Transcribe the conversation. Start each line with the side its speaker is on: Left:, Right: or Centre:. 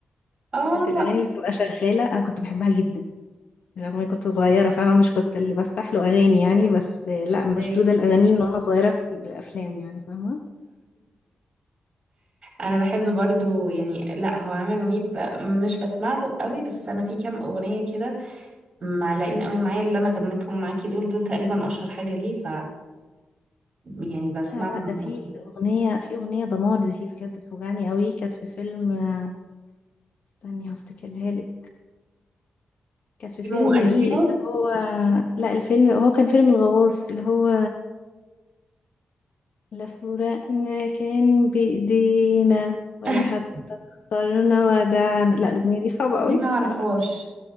Right: اه
Left: فكانت الاغاني اللي بتبقى شغاله انا كنت بحبها جدا رغم إني كنت صغيرة فاهمة مش كنت اللي بفتح له أغاني يعني بس لا مشدودة
Right: أيوة.
Left: الأغاني من وأنا صغيرة في بالأفلام يعني فاهمة
Right: انا بحب برضو يعني لا هو عامر منيب ب- مش بسمع له قوي بس انا في كام اغنية كده معلقين قوي معايا اللي انا غنيتهم معاكي دول دول تقريبا اشهر حاجة ليه ف يعني بسمعهم
Left: لا لا ده في
Right: على طول
Left: الأغنية في أغنية دمار دي بجد بتوجعني قوي كانت في فيلم آه، استني هفتكرها لك كانت في
Right: انتيمو
Left: فيلم
Right: انتيمو
Left: ليه اللي هو لا الفيلم هو كان فيلم الغواص اللي هو لا فراقنا كان بإيدينا ولا
Right: <laughs>
Left: حتى اخترنا ودعنا لا الأغنية دي صعبة
Right: دي
Left: قوي
Right: ما اعرفهاش
Left: لا لا مش-